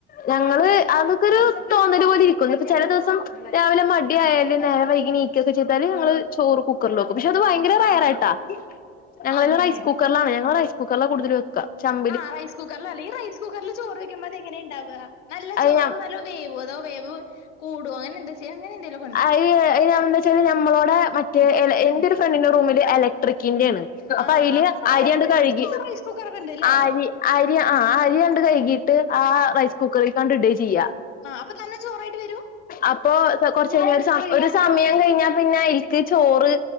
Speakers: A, on the left; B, on the left.
A: ഞങ്ങള് അതൊക്കൊരു തോന്നല് പോലെ ഇരിക്കും ഇന്ന് പ്പോ ചെല ദിവസം രാവിലെ മടി ആയാൽ നേരെ വൈകി നീ ക്കൊക്കെ ചെയ്താൽ ഞങ്ങൾ
B: ആ
A: ചോറ് കുക്കറിൽ വെക്കും പക്ഷേ അത് ഭയങ്കര
B: ആ
A: റയർ
B: ആ
A: ആയിട്ടാ ഞങ്ങളേൽ
B: അങ്ങനെ
A: റൈസ് കു കുക്കറിലാണ് ഞങ്ങൾ റൈസ് കുക്കറിലാ കൂടുതൽ വെ ക്ക ച്ചം
B: ആഹ് റൈസ് കുക്കറിലല്ലേ റൈസ് കുക്കറിൽ ചോറ് വെക്കുമ്പോ എങ്ങനെ ഇണ്ടാവ നല്ല
A: അത്
B: ചോർ
A: ഞ
B: നല്ലോം വേവോ അതോ വേവ് കൂടോ അങ്ങനെ എന്താ ചെയ്യ അങ്ങനെ എന്തേലും?
A: അഹ് അഹ് എന്താ വച്ചാല് ഞമ്മളോടെ മറ്റേ എല എന്റെ ഒരു ഫ്രണ്ടിന്റെ റൂമില് എലക്ട്രിക്കിന്റെ ആണ്. അപ്പ
B: ആഹ്
A: അയില്
B: ആഹ് ആഹ്
A: അര്യണ്ട്
B: ഇലക്ട്രിക്കിന്റെ
A: കഴുകി.
B: ചോറ് റൈസ് കുക്കറൊക്കെ ഉണ്ട്ല്ലേ
A: അരി അരി ആഹ് അരി ആണ്ട് കൈകിട്ട് ആഹ് റൈസ് കുക്കറിക്കാണ്ട് ഇടാ ചെയ്യ.
B: ആഹ് അപ്പ തന്നെ ചോറായിട്ട് വരും?
A: അപ്പോ കൊർച്ച് കഴിഞ്ഞ ഒര് ഒര് സമയം കഴിഞ്ഞാ പിന്നെ അയിൽക്ക് ചോറ്